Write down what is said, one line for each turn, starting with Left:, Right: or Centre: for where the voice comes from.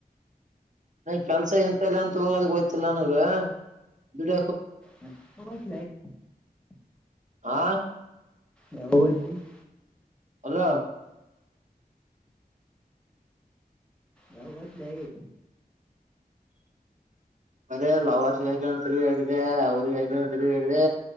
Right: ನ ಕೆಲ್ಸ ಎಂತಲ್ಲ ಅಂತ ಹೋಗೋದ ಗೋಯ್ತಿಲ್ಲ ನನಗ ದುಡ
Centre: ಮತ್ತಲ <inaudible>
Right: ಆ
Centre: ಯಾವ ಬತಿ <inaudible>
Right: ಅಲ್ಲ <inaudible>
Centre: ಯಾವಗಟ್ಲ
Right: ಸರ ಲವರ್ಸ್ ಯಾನ ತಿರುಿಡಿದೆ ಅವ್ರಿಗೆ ಯಕಾನ ತಿರುಗಿದೆ